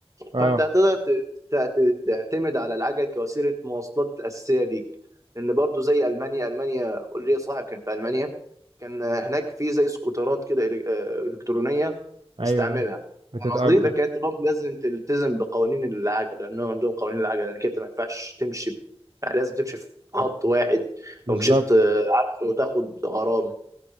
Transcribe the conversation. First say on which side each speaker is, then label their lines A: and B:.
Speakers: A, on the right; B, on the right.
A: اه
B: فانت هتقدر ت- ت- ت- تعتمد على العجل كوسيله مواصلات اساسيه ليك لان برضو زي المانيا المانيا ليا صاحب كان في المانيا كان هناك في زي سكوترات كده إلك- آه، الكترونيه
A: ايوه
B: بيستعملها
A: أيوة. بتتأجر
B: فاهم قصدي لكن انت برضو لازم تلتزم بقوانين العجل لانهم عندهم قوانين العجل انك انت ما ينفعش تمشي ب- يعني لازم تمشي في خط واحد
A: بالظبط
B: لو مشيت آه، عكسه وتاخد غرامه